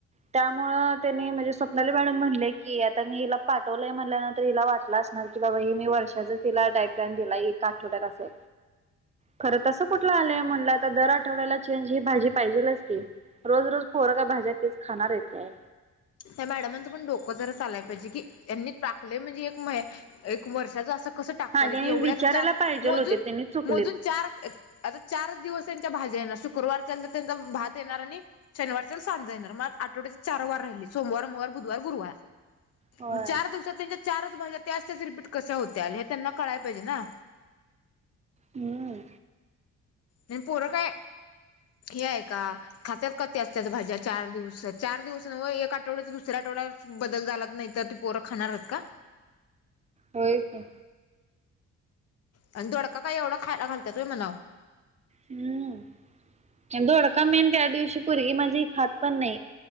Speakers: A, on the right; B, on the left.
A: त्यामुळं त्यांनी म्हणजे स्वप्नाली मॅडम म्हणल्या की आता मी हिला पाठवलंय म्हणल्यानंतर हिला वाटलं असल णार की बाबा हे मी वर्षाचा तिला डाइट प्लॅन दिलाय एका आठवड्यात असं. खरं तसं कुठुन आलंय म्हणलं आता, दर आठवड्याला चेंज ही भाजी पाहिजेलच की. रोज -रोज पोरंग भाज्या तेच खाणार आहे काय?
B: त्या मॅडमांचं पण डोकं जरा चालाय पाहिजे की, यांनी टाकलंय म्हणजे एक मही एक वर्षाचं असं कसं टाकत्याल
A: हा त्यांनी
B: की एवढ्याच
A: विचारायला
B: चार
A: पाहिजेल
B: मोजून,
A: होते त्यांनी चुकलेत.
B: मोजून चार आता चारच दिवस त्यांच्या भाज्या येणा, शुक्रवार त्यांचा, त्यांचा भात येणार आणि शनिवारच्याला सांजा येणार, मग आठवड्याची चार वार राहिले. सोमवार, मंगळवार, बुधवार, गुरुवार
A: होय.
B: मग चार दिवस सात त्यांच्या चारच भाज्या त्याच त्याच रिपीट कशा होत्याल हे त्यांना कळायं पाहिजे ना?
A: हम्म.
B: हे पोरं काय हे आहे का? खात्यात का त्याच, त्याच भाज्या चार दिवस चार दिवस नव्हं एक आठवड्याच दुसऱ्या आठवड्यात बदल झालाच नाही तर ती पोरं खाणार आहेत का?
A: होय की,
B: आणि दोडका काय एवढा, खायला घालत्यात होय म्हणाव.
A: हम्म. अन दोडका मेन त्या दिवशी, पोरगी माझी खात पण नाही.